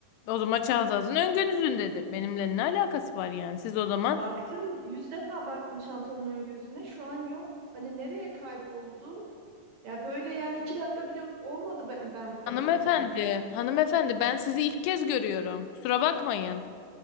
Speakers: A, on the left; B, on the right.
A: o zaman çantanızın ön gözündedir. Benimle ne alakası var yani? Siz o zaman
B: Ya baktım yüz defa baktım çantanın ön gözüne. Şu an yok. Hani nereye kayboldu? Ya böyle yani iki dakika bile olmadı ben, ben buraya
A: hanımefendi,
B: koyalı.
A: hanımefendi ben sizi ilk kez görüyorum. Kusura bakmayın.